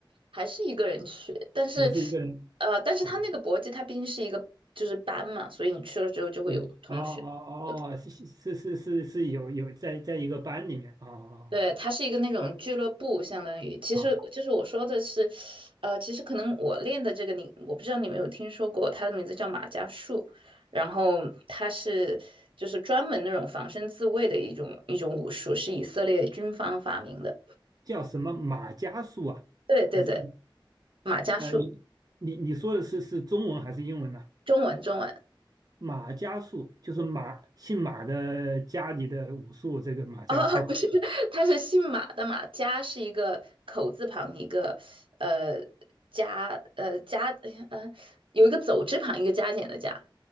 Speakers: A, on the right (about 75°); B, on the right (about 45°).
A: 还是一个人去。但是
B: 也是一个人，
A: 呃，但是他那个搏击，
B: 嗯，
A: 他毕竟是一个就是班嘛，所以你去了之后就会有同学。
B: 对，哦哦哦，
A: 呃，
B: 哦是是是是是有有在在一个班里面，哦哦
A: 对，它是一个那种俱乐部，相当于，其实就是我说的是，
B: 哦。哦
A: 呃，其实可能我练的这个你，我不知道你们有听说过，它的名字叫马伽术，然后它是就是专门那种防身自卫的一种一种武术，是以色列军方发明的。
B: 叫什么马伽树啊？
A: 对对对，
B: 还是你
A: 马伽术，
B: 呃你你你说的是是中文还是英文呢、
A: 中文中文。
B: 马伽树就是马姓马的家里的武术，这个马伽树啊，
A: 哦，不是，他是姓马的马，加是一个口字旁，一个呃加呃加，哎呀呃有一个走之旁，一个加减的加，